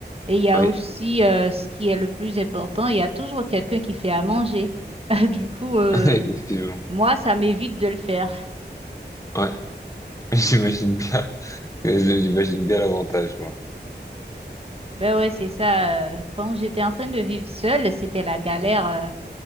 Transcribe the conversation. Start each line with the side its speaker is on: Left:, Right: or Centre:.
Right: Et il y a
Left: oui,
Right: aussi euh, ce qui est le plus important, il y a toujours quelqu'un qui fait à manger. <laughs> Du coup, euh,
Left: <laughs> effectivement.
Right: moi, ça m'évite de le faire.
Left: Ouais, <laughs> j'imagine bien, Euh, j'imagine bien l'avantage, quoi.
Right: Ben ouais, c'est ça. euh, Quand j'étais en train de vivre seule, c'était la galère. euh,